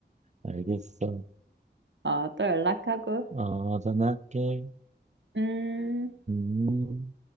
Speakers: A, on the right; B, on the right.
A: 알겠어.
B: 아, 또 연락하고.
A: 어, 전화할게.
B: 음.
A: 음.